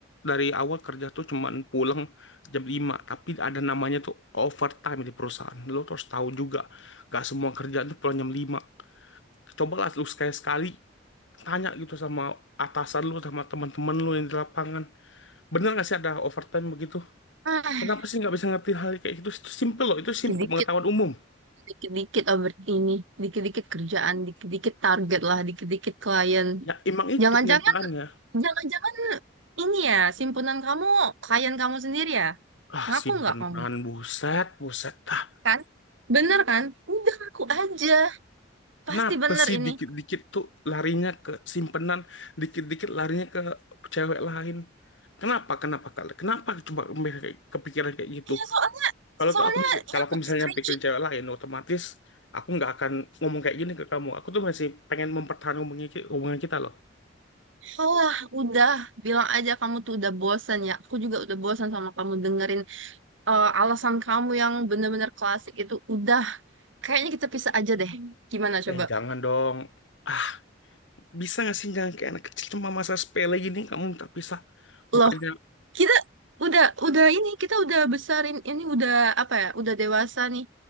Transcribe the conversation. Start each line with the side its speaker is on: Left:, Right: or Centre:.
Left: dari awal kerja tuh cuman pulang jam lima Tapi ada namanya tuh overtime di perusahaan. Lu tuh harus tahu juga. Gak semua kerjaan tuh pulang jam 5. Cobalah lu sekali-sekali tanya gitu sama atasan lu sama teman-teman lu yang di lapangan bener gak sih ada overtime begitu
Right: Ah,
Left: kenapa sih nggak bisa ngerti hal kayak gitu itu simple loh itu simple
Right: dikit
Left: pengetahuan umum
Right: dikit-dikit over ini, dikit-dikit kerjaan, dikit-dikit target lah, dikit-dikit klien.
Left: ya emang itu
Right: Jangan-jangan,
Left: kenyataannya
Right: jangan-jangan ini ya, simpunan kamu, klien kamu sendiri ya?
Left: ah
Right: Ngaku
Left: simpenan
Right: nggak kamu?
Left: buset buset ah
Right: Kan? Bener kan? Udah ngaku aja.
Left: kenapa
Right: Pasti bener
Left: sih
Right: ini.
Left: dikit-dikit tuh larinya ke simpenan dikit-dikit larinya ke cewek lain kenapa kenapa kali kenapa coba mereka kayak- kepikiran kayak gitu
Right: Iya soalnya,
Left: Kalau
Right: soalnya
Left: ke- aku mis- kalau
Right: yang
Left: aku misalnya
Right: screenshot.
Left: pikirin cewek lain, otomatis aku nggak akan ngomong kayak gini ke kamu. Aku tuh masih pengen mempertahankan hubungan ki- hubungan kita loh.
Right: Allah, udah. Bilang aja kamu tuh udah bosan ya. Aku juga udah bosan sama kamu dengerin eh, alasan kamu yang bener-bener klasik itu. Udah. Kayaknya kita pisah aja deh. Gimana coba?
Left: Eh jangan dong. Ah bisa nggak sih jangan kayak anak kecil cuma masa sepele gini kamu minta pisah. Bukannya
Right: Loh, kita udah udah ini kita udah besarin ini udah apa ya? Udah dewasa nih.